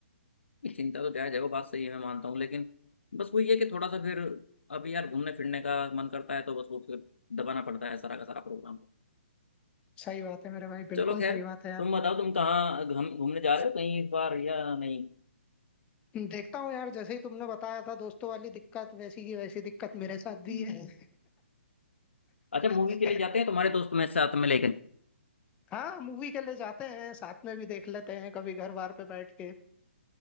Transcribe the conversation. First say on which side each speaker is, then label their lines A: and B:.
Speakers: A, on the left (about 70°); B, on the left (about 15°).
A: चिंता तो जायज है वो बात सही है मैं मानता हूँ लेकिन बस वही है कि थोड़ा सा फिर अभी यार घूमने फिरने का मन करता है तो बस वो फिर दबाना पड़ता है सारा का सारा प्रोग्राम
B: सही बात है मेरे भाई बिल्कुल
A: चलो खैर
B: सही बात है यार।
A: तुम बताओ तुम कहाँ घम- घूमने जा रहे हो कहीं इस बार या नहीं
B: देखता हूँ यार जैसे ही तुमने बताया था दोस्तों वाली दिक्कत वैसी की वैसी दिक्कत मेरे साथ
A: हम्म।
B: भी है
A: अच्छा मूवी
B: <laughs>
A: के लिए जाते हैं तुम्हारे दोस्त में साथ में लेकिन
B: हाँ मूवी के लिए जाते हैं साथ में भी देख लेते हैं कभी घर बार पे बैठ के